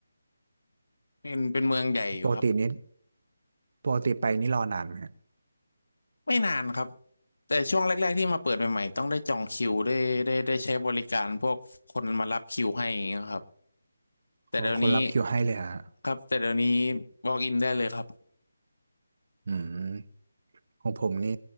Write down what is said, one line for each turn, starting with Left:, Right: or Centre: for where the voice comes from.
Left: เป็นเป็นเมืองใหญ่อยู่ครับ
Right: ปกตินี้ปกติไปนี่รอนานไหมฮะ
Left: ไม่นานครับแต่ช่วงแรกๆที่มาเปิดใหม่ๆต้องได้จองคิวได้ได้ได้ใช้บริการพวกคนมารับคิวให้อย่างเงี้ยครับแต่เดี๋ยวนี้
Right: โอ้คนรับคิวให้เลยฮะ
Left: ครับแต่เดี๋ยวนี้บอกอินได้เลยครับ
Right: อืม ของผมนี่